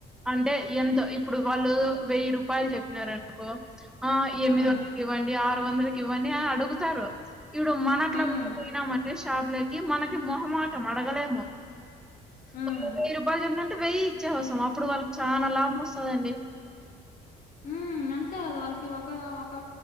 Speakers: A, in the centre; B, on the left (about 55°).
A: అంటే ఎంతో ఇప్పుడు వాళ్ళు వెయ్యి రూపాయలు చెప్పినారు అనుకో ఆ ఎనిమిది
B: ఉమ్
A: వందలకి ఇవ్వండి ఆరు వందలకి ఇవ్వండి అని అడుగుతారు ఇప్పుడు మన అట్లా
B: ఉమ్
A: నమ్మట్లే షాపులకి మనకి మొహమాటం అడగలేము
B: ఉమ్
A: ఒక వెయ్యి రూపాయలు చెప్పినంటే వెయ్యి ఇచ్చేసి వస్తాం అప్పుడు వాళ్ళకి చాలా లాభం వస్తుందండి
B: ఉ అంతే కదా వాళ్ళకి ఒక ఒక